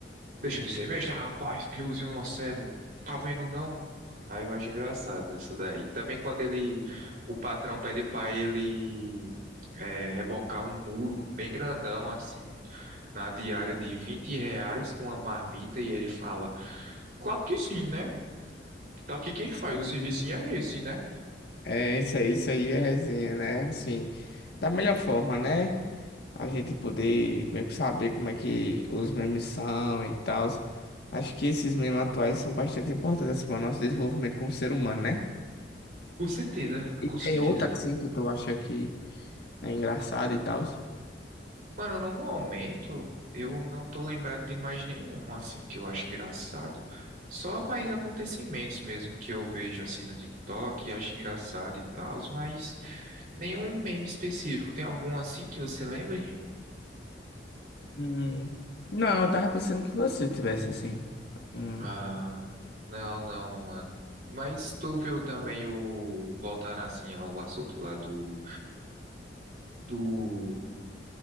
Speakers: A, on the right; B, on the left.
A: Deixa de ser besta, rapaz, peãozinho não cego. Tá vendo não? Aí eu acho engraçado isso daí. Também quando ele, o patrão pede pra ele é, rebocar um muro bem grandão assim, na diária de 20 reais com uma marmita e ele fala, claro que sim, né? Tá aqui quem
B: Sim.
A: faz, o serviço é esse, né?
B: É, isso aí, isso aí é resenha, né? Assim, da melhor forma, né? a gente poder meio que saber como é que os memes são e tal. Acho que esses memes atuais são bastante importantes para o nosso desenvolvimento como ser humano, né?
A: Com certeza,
B: E
A: com
B: tem
A: certeza.
B: outra assim que tu acha que é engraçado e tal.
A: Mano, no momento eu não tô lembrado de mais nenhum assim que eu acho engraçado. Só mais acontecimentos mesmo que eu vejo assim no TikTok e acho engraçado e tal, mas nenhum meme específico. Tem algum assim que você lembre?
B: Hum, não, eu tava pensando que você tivesse assim. Hum,
A: Ah, não, não, mano. Mas tu viu também o voltar assim ao assunto lá do do